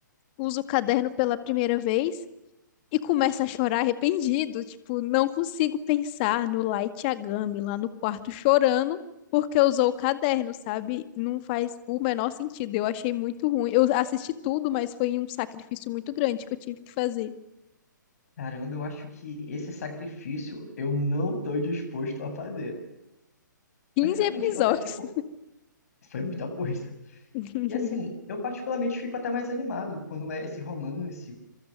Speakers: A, on the left (about 30°); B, on the left (about 50°).
A: usa o caderno pela primeira vez. E começa a chorar arrependido, tipo, não consigo pensar no Light Yagami lá no quarto chorando porque usou o caderno, sabe? Não faz o menor sentido. Eu achei muito ruim. Eu assisti tudo, mas foi um sacrifício muito grande que eu tive que fazer.
B: Caramba, eu acho que esse sacrifício eu não estou disposto a fazer.
A: quinze
B: Mas realmente,
A: episódios.
B: eu até fico foi muita coisa.
A: <laughs>
B: E assim, eu particularmente fico até mais animado quando é esse romance,